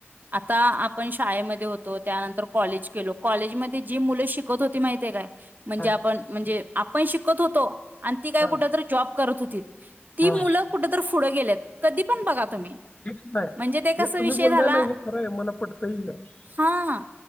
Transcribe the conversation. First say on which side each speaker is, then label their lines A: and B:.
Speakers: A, on the right (about 45°); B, on the left (about 30°).
A: आता आपण शी शाळेमध्ये होतो त्यानंतर कॉलेज केलो. कॉलेजमध्ये जी मुले शिकत होती माहितीेय काय? म्हणजे
B: हां
A: आपण म्हणजे पण शिकत होतो. आणि ती काय
B: हां
A: कुठं तर जॉब करत होतीत. ती
B: हां
A: मुलं कुठ तर पुढे गेलेत. कधी पण बघा तुम्ही
B: हेच नाही
A: म्हणजे ते
B: हे
A: कसा
B: तुम्ही
A: विषय
B: बोलताय
A: झाला.
B: ना हे खरं आहे मला पटतही आहे
A: हा